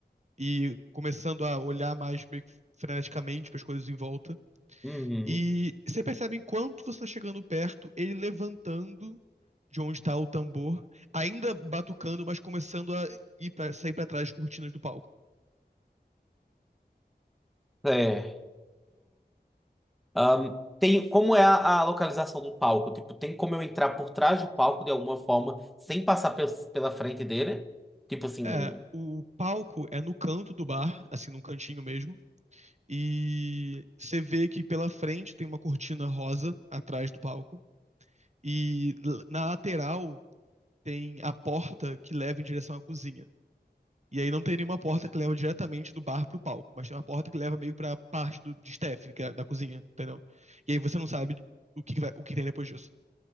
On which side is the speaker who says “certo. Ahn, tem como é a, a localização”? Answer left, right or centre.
Centre